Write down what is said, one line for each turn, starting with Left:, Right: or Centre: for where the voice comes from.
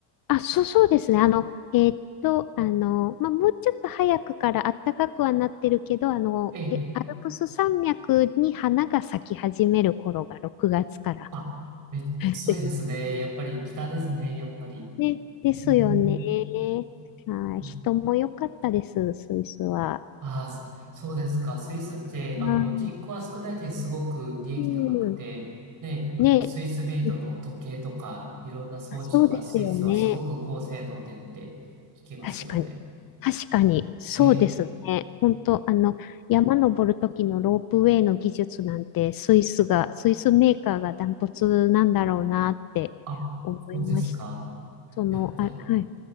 Left: あ、そうそうですね。あの、えっと、あの、まあ、もうちょっと早くから暖かくはなってるけど、あの、
Right: ええ、
Left: え、
Right: ええ
Left: アルプス山脈に花が咲き始める頃が6月から。
Right: あ、めっちゃ強いですね。
Left: <laughs>
Right: やっぱり北ですね、やっぱり。
Left: ね、ですよね。
Right: うん、うん。
Left: はい、
Right: うん
Left: 人も良かったです、スイスは。
Right: ああ、そ、そうですか。スイスって、
Left: はい
Right: あの、人口は少ないですごく利益高くて、
Left: うん。
Right: で、あの、
Left: ねえ。
Right: スイスメイドの時計とか、
Left: ね
Right: いろんな装置とか、
Left: あそうですよね。
Right: スイスはすごく高性能でって聞きますよね。
Left: 確かに。確かに。そうですね。
Right: ええ。
Left: 本当あの、山登る時のロープウェイの技術なんて、スイスが、スイスメーカーがダントツなんだろうなって思いました。
Right: あ、そうですか。
Left: その、
Right: やっぱり。
Left: あ、はい。